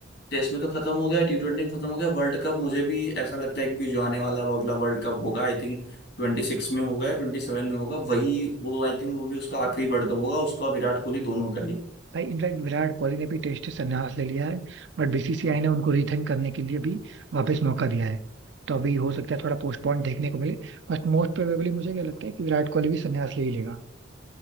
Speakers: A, on the left (about 60°); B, on the right (about 65°).
A: टेस्ट में तो खत्म हो गया टी ट्वेंटी में खत्म हो गया वर्ल्ड कप मुझे भी ऐसा लगता है कि जो आने वाला वो अगला वर्ल्ड कप होगा आई थिंक ट्वेंटी सिक्स में होगा या ट्वेंटी सेवन में होगा वही वो आई थिंक वो भी उसका आखिरी वर्ल्ड कप होगा उसका और विराट कोहली दोनों का ही
B: भाई इनफैक्ट विराट कोहली ने भी टेस्ट से संन्यास ले लिया है बट बीसीसीआई ने उनको रिथिंक करने के लिए भी वापस मौका दिया है तो अभी हो सकता है थोड़ा पोस्टपोन देखने को मिले बट मोस्ट प्रोबेबली मुझे क्या लगता है कि विराट कोहली भी संन्यास ले ही लेगा